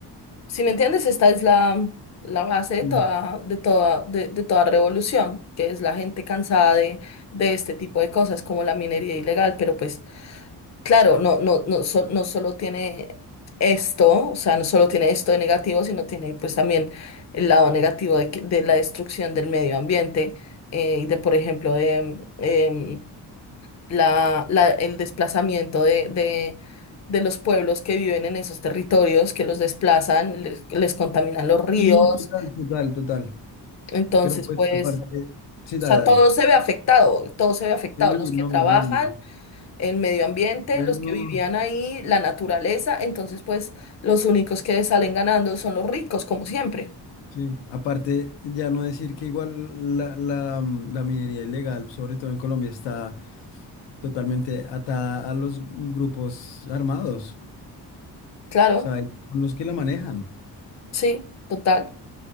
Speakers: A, on the left; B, on the left.
A: si me entiendes, esta es la, la base de
B: Sí,
A: toda, de toda, de, de toda revolución, que es la gente cansada de, de este tipo de cosas, como la minería ilegal, pero pues claro, no, no, no, so- no solo tiene esto, o sea, no solo tiene esto de negativo, sino tiene pues también el lado negativo de, que- de la destrucción del medio ambiente eh, y de, por ejemplo, de, em, la, la- el desplazamiento de, de, de los pueblos que viven en esos territorios, que los desplazan, les, les contaminan los ríos.
B: Sí, total, total, total.
A: Entonces,
B: Pero pues
A: pues,
B: aparte, sí,
A: o
B: dale,
A: sea,
B: dale.
A: todo se ve afectado, todo se ve afectado,
B: Sí,
A: los que
B: no,
A: trabajan,
B: obvio.
A: en medio ambiente,
B: Bueno.
A: los que vivían ahí, la naturaleza. Entonces, pues, los únicos que salen ganando son los ricos, como siempre.
B: Sí, aparte, ya no decir que igual la, la, mm, la minería ilegal, sobre todo en Colombia, está totalmente atada a los grupos armados.
A: Claro,
B: O sea, ellos son los que la manejan.
A: sí, total,